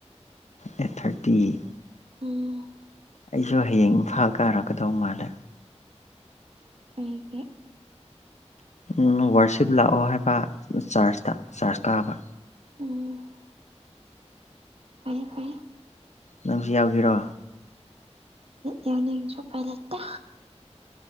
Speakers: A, on the left; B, on the right.
A: ꯑꯥꯏꯠ ꯊꯥꯔꯇꯤ
B: ꯑꯣ
A: ꯑꯩꯁꯨ ꯍꯌꯦꯡ ꯏꯝꯐꯥꯜ ꯀꯥꯔꯛꯀꯗꯧ ꯃꯥꯜꯂꯦ
B: ꯑꯩꯒꯤ
A: ꯎꯝ ꯋꯥꯔꯁꯤꯞ ꯂꯥꯛꯑꯣ ꯍꯥꯏꯕ ꯆꯥꯔꯖꯇ ꯆꯥꯔꯖ ꯀꯥꯕ
B: ꯑꯣ ꯐꯩ-ꯐꯩ
A: ꯅꯪꯁꯨ ꯌꯥꯎꯒꯦꯔꯣ
B: ꯌꯥꯎꯅꯤꯡꯁꯨ ꯄꯥꯏ ꯂꯩꯇꯦ